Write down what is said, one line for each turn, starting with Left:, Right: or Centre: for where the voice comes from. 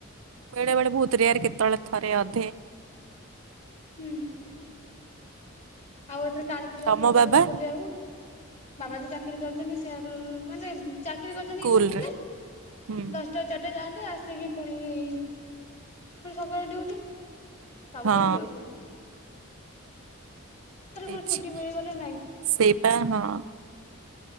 Right: ବେଳେ ବେଳେ ବହୁତ୍ ରେୟାର କେତବେଳେ ଥରେ ଅଧେ।
Left: ହୁଁ। ଆଉ ଏଥିର କାଳି ପୂଜାରେ
Right: ତମ
Left: କୁଆଡେ
Right: ବାବା
Left: ଗଲ ନା ବୁଲିବାକୁ ବାବା ତ ଚାକିରି କରିଛନ୍ତି ସେ ମାନେ ଚାକିରୀ କରିଛନ୍ତି
Right: ସ୍କୁଲରେ
Left: ଇସ୍କୁଲରେ
Right: ହୁଁ।
Left: ଦଶଟା ଚାରିଟା ଯାଆନ୍ତି ଆସ ସେ କି ପୁଣି- ପୁଣି ସକାଳ ଡ଼ିଉଟି ସବୁଦିନ
Right: ହଁ
Left: ଡ଼ିଉଟି।
Right: ହେଇଚି
Left: କୋଉଠି ଛୁଟି ମିଳିବ ନା ନାଇଁ
Right: ସେଇପା ହଁ।